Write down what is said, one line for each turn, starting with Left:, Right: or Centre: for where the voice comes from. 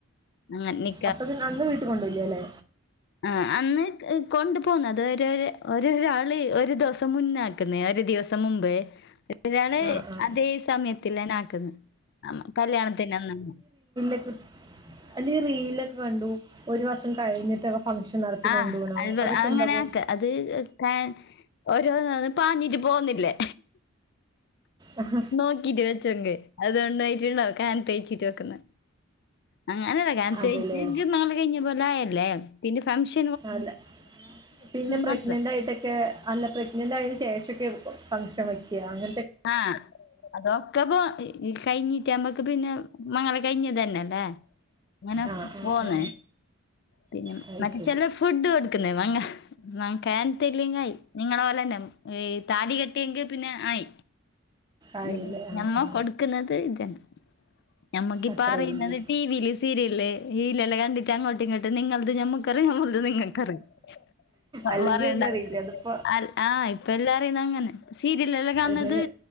Left: അങ്ങനെ നി
Right: അപ്പത് അന്ന് വീട്ട് കൊണ്ടോവില്ലല്ലേ
Left: ആഹ് അന്ന്ക്ക് കൊണ്ടു പോന്ന അത് ഒരോര് ഒരോര് ആള് ഒരു ദിവസം മുന്നാ ക്ക്ന്നെ ഒരു ദിവസം മുമ്പേ <unintelligible> ഒരാള്
Right: ആ ആ
Left: അതെ ഈ സമയത്തിലന്നെ ആക്ക്ന്ന് <unintelligible> കല്യാണത്തിന് അന്നന്ന്
Right: <unintelligible> അല്ലെ റീലൊക്കെ കണ്ടു ഒരു വർഷം കഴിഞ്ഞിട്ടൊക്ക ഫംഗ്ഷൻ നടത്തി
Left: ആഹ്
Right: കൊണ്ടോണാവോ
Left: അത്
Right: അതൊക്കെ
Left: അങ്ങനെ
Right: എന്താവും
Left: ആക്ക അത് ഏഹ് ഏഹ് ഓരോന്ന് വന്ന് പാഞ്ഞിട്ട് പോന്നില്ലേ
Right: ആഹ
Left: നോക്കിട്ട് വെച്ചങ്കി അതു ഉണ്ടായിട്ട്ണ്ടാവും കാനോത്ത് <unintelligible> വെക്കുന്നെ അങ്ങനല്ല കനോത്ത്
Right: അതെല്ലേ
Left: <unintelligible> മംഗലം കഴിഞ്ഞ പോലെ ആയല്ലേ പിന്നെ ഫംഗഷ്
Right: അല്ലെ പിന്നെ പ്രഗ്നന്റായിട്ടക്കെ
Left: മാത്രം.
Right: അല്ല പ്ര ഗ്നന്റായേന് ശേഷൊക്കെ വെക്കു ഫംഗ്ഷൻ വെക്ക്യാ അങ്ങ
Left: ആഹ് അതോ ക്കപ്പോ ഏഹ് കഴിഞ്ഞിട്ട് അമ്മക്ക് പിന്നെ മംഗലം കഴിഞ്ഞതന്നല്ലെ ഇങ്ങനെ
Right: ആ ആ
Left: പോന്നേ
Right: ആ
Left: പിന്നെ
Right: അത്
Left: മറ്റേ
Right: ശരി
Left: ചെലെ ഫുഡ് കൊടുക്കുന്നെ മംഗ <unintelligible> കനോത്ത്ല്ങ്ങായി നിങ്ങളെ പോലെന്നെ ഏഹ് താലി കെട്ടിയെങ്കിൽ പിന്നെ ആയി
Right: ആയില്ലേ
Left: ഉം
Right: ആ
Left: ഞമ്മ
Right: ആ
Left: കൊട്ക്ക്ന്നത് ഇതന്നെ ഞമ്മക്കിപ്പ
Right: അത്രേ
Left: അറിയ്ന്നത്
Right: ഉള്ളൂ
Left: ടീവില് സീരിയല്ലെ ഇല്ലല്ലാ കണ്ടിട്ട് അങ്ങോട്ടും ഇങ്ങോട്ടും നിങ്ങള്ത് ഞമ്മക്കറിയാ ഞമ്മള്ത് നി ങ്ങക്കറിം വ
Right: അല്ലെങ്കിൽ
Left: പറയണ്ട
Right: ഒന്നും അറിയില്ല അതിപ്പോ
Left: അല് ആഹ് ഇപ്പ എല്ലാം അറിയിന്നെ അങ്ങനെ സീരിയല് എല്ലാം കാണ്ന്നത്
Right: എങ്ങനെ